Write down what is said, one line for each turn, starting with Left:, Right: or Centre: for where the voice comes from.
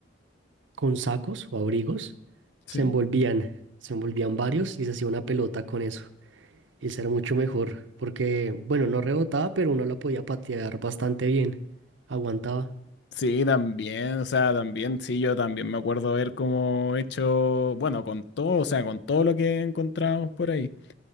Right: con sacos o abrigos,
Left: Sí.
Right: se envolvían, se envolvían varios y se hacía una pelota con eso. y ser mucho mejor, porque, bueno, no rebotaba, pero uno la podía patear bastante bien, aguantaba.
Left: Sí, también, o sea, también, sí, yo también me acuerdo haber como hecho, bueno, con todo, o sea, con todo lo que encontramos por ahí.